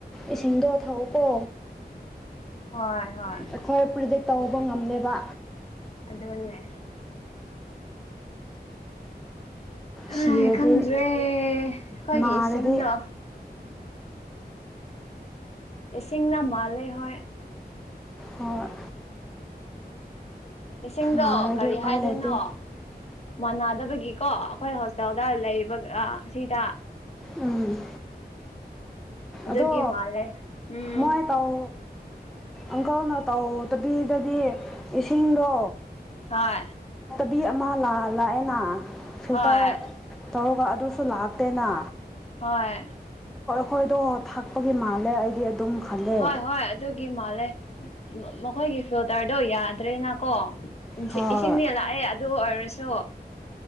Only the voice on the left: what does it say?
ꯍꯣꯏ ꯍꯣꯏ
ꯑꯗꯨꯅꯦ ꯍꯣꯏ
ꯈꯪꯗ꯭ꯔꯦ ꯈꯣꯏꯒꯤ
ꯏꯁꯤꯡꯗꯣ ꯏꯁꯤꯡꯅ ꯃꯥꯜꯦ ꯍꯣꯏ
ꯏꯁꯤꯡꯗꯣ
ꯀꯔꯤ
ꯍꯥꯏꯗꯣꯏꯅꯣ
ꯃꯥꯟꯅꯗꯕꯒꯤꯀꯣ ꯑꯩꯈꯣꯏ ꯍꯣꯁꯄꯤꯇꯥꯦꯜꯜꯗ ꯂꯩꯕꯒ ꯑꯁꯤꯗ
ꯑꯗꯨꯒꯤ
ꯃꯥꯜꯂꯦ ꯎꯝ
ꯍꯣꯏ
ꯍꯣꯏ
ꯍꯣꯏ
ꯍꯣꯏ ꯍꯣꯏ ꯑꯗꯨꯒꯤ ꯃꯥꯜꯂꯦ ꯃꯈꯣꯏꯒꯤ ꯐꯤꯜꯇꯔꯗꯣ ꯌꯥꯗ꯭ꯔꯦꯅꯀꯣ
ꯏꯁꯤꯡꯗꯤ ꯂꯥꯛꯑꯦ ꯑꯗꯨ ꯑꯣꯏꯔꯁꯨ